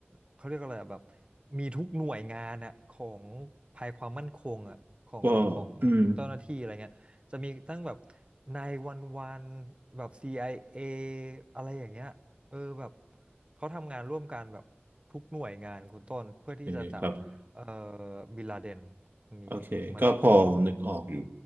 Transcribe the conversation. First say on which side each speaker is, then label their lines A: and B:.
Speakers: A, on the right; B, on the right.
A: เขาเรียกอะไรอะแบบมีทุกหน่วยงานอะของภายความมั่นคงอะของของเจ้าหน้าที่อะไรเงี้ยจะมีตั้งแบบ
B: ก็อืม
A: นายวันวันแบบ CIA อเออะไรอย่างเงี้ยเออแบบเขาทำงานร่วมกันแบบทุกหน่วยงานคุณต้นเพื่อที่จะจับเอ่อ
B: โอเคครับ
A: บินลาเดนคนนี้เหมือนแบบ
B: โอเคก็พอนึกออกอยู่